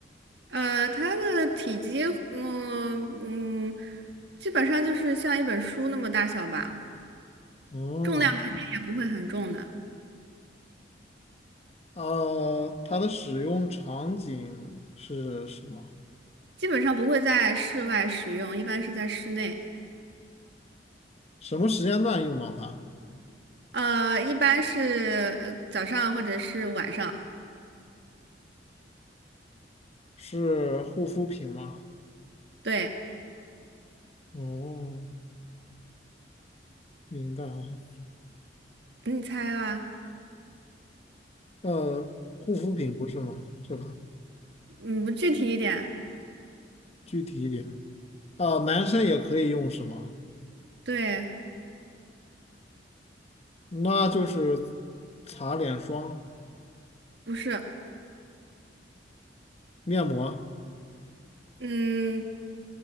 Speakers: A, on the right; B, on the left.
A: 呃，它的体积，嗯嗯，基本上就是像一本书那么大小吧，
B: 嗯，
A: 重量肯定也不会很重的，
B: 呃，它的使用场景是什么？
A: 基本上不会在室外使用，一般是在室内，
B: 什么时间段用到它？
A: 呃，一般是呃早上或者是晚上，
B: 是护肤品吗？
A: 对，
B: 哦，明白啊。
A: 你猜吧，
B: 呃，护肤品不是吗？是吧？
A: 嗯，不具体一点，
B: 具体一点啊，男生也可以用是吗？
A: 对，
B: 那就是擦脸霜、
A: 不是，
B: 面膜。
A: 嗯，